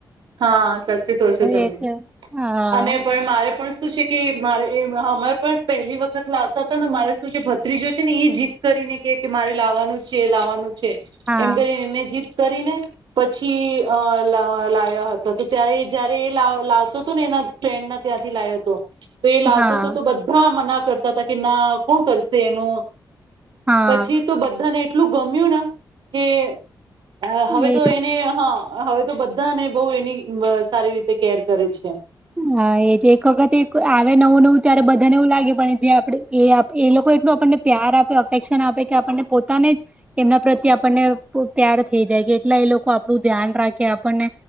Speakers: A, on the right; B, on the right.
A: હા સાચી કહો છો તમે
B: એ છે હા
A: અને પણ મારે પણ શું છે કે મારે એ અહ મારે પણ પહેલી વખત લાવતા હતા ને મારે શું છે ભત્રીજો છે ને એ જીત કરીને કે કે મારે લાવવાનું છે લાવવાનું છે.
B: હા
A: એમ તો એમને જીત કરી ને પછી અ લ લયા ત્યારે જયારે એ લાવતો હતો ને એના ફ્રેન્ડના ત્યાંથી લાય્યો હતો તો એ લાવતો
B: હા
A: હતો તો બધા મના કરતા હતા કે ના કોણ કરશે એનું
B: હા
A: પછી તો બધાને એટલું ગમ્યું ને કે અ હવે
B: એ
A: તો એને હા હવે તો બધાને બહુ એની સારી રીતે કેર કરે છે
B: હા એજ એક વખત આવે નવું નવું ત્યારે બધાને એવું લાગે પણ જે આપ એ એ લોકો એટલું આપણને પ્યાર આપે અફેક્શન આપે કે આપણને પોતાને જ એમના પ્રત્યે આપણને પ્યાર થઈ જાય કે એટલા એ લોકો આપણું ધ્યાન રાખે આપણને